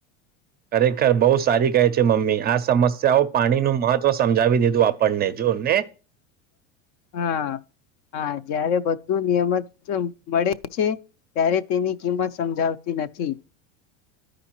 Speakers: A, on the right; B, on the left.
A: ખરેખર બહુ સારી કહે છે મમ્મી આ સમસ્યાઓ પાણી નું મહત્વ સમજાવી દીધું આપણને જો ને
B: હા હા જારે બધું નિયમિત મળે છે ત્યારે તેની કિંમત સમજાવતી નથી